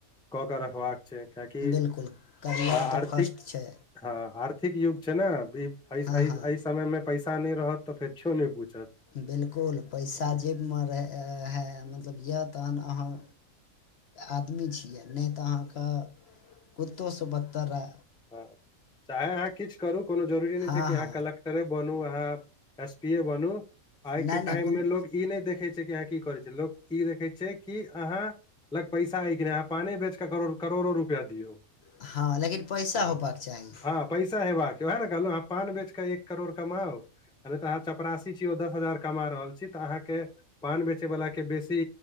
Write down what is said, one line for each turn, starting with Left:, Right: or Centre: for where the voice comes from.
Centre: क-क रखबाक छै, किएकि
Left: बिलकुल करियर
Centre: <inaudible> आ
Left: तऽ
Centre: आर्थिक
Left: फर्स्ट छै
Centre: हँ आर्थिक युग छै न, वी ऐ
Left: हँ
Centre: ऐ
Left: हँ
Centre: अही समय मे पैसा नै रहत तऽ फेर किओ नै पूछत।
Left: बिलकुल पैसा
Centre: हँ
Left: जेबमे रहा हा मतलब य त अहाँ आदमी छी आ नै तऽ अहाँके <inaudible> कुत्तोसँ बत्तर रा
Centre: <inaudible> हँ चाहे अहाँ किछ करू, कोनो जरूरी नै
Left: हँ
Centre: छै कि अहाँ
Left: हँ
Centre: कलेक्टरे बनूं अहाँ एस पीए बनूं, आइ
Left: नहि
Centre: के टाइम
Left: नहि कोन
Centre: मे लोग ई नै देखे छै कि अहाँ की करै छी। लोक ई देखे छै कि अहाँ लग पैसा ऐ कि नै। अहाँ पाने बेच क करो करोड़ो रुपआ दियौ।
Left: हँ लेकिन पैसा
Centre: हँ
Left: होबाक चाही
Centre: <inaudible> हँ पैसा हेबाक छै, उएह ने कहलहुँ ह पान बेच कऽ एक करोड़ कमाउ अभी तऽ अहाँ चपरासी छी ओ दस हजार कमा रहल छी तऽ अहाँके पान बेचै वला के बेसी